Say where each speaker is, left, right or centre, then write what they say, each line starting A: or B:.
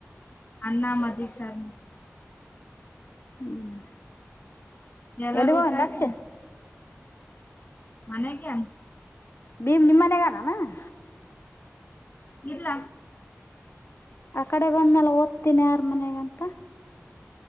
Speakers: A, on the left; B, on the left.
A: ಅನ್ನ ಮಜ್ಜಿಗಿ ಸಾರ.
B: <inaudible>
A: ಎಲ್ಲಾರ
B: ಎಲ್ಲಿಗೋ
A: ಊಟ ಆಗ್ಯಾದ.
B: ದಕ್ಷ
A: ಮನೆಗೆ ಆನ.
B: ಭಿಮ್ ನಿಮ್ಮ ಮನೆಗ್ಯಾ ಅನಾ ಏನ್.
A: ಇಲ್ಲ.
B: ಆ ಕಡೆ ಬಂದ್ಲ್ಲ ಓದ್ತೀನಿ ಯಾರ ಮನೆಗಂತ.